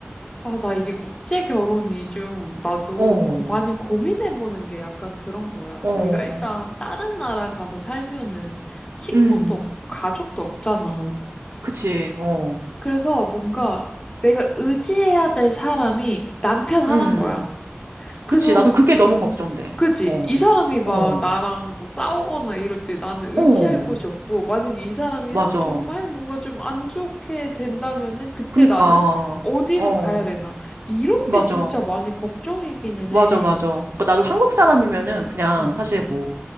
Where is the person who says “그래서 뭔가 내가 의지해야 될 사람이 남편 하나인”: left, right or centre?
Left